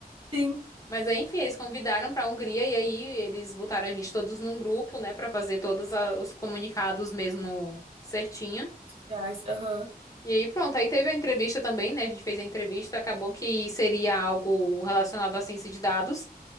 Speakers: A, on the right; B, on the left.
A: sim.
B: Mas aí, enfim, eles convidaram pra Hungria e aí eles botaram a gente todos num grupo, né, Pra fazer todos a- os comunicados mesmo certinho.
A: Reais, aham.
B: E aí, pronto, aí teve a entrevista também, né? A gente fez a entrevista, acabou que seria algo relacionado à ciência de dados,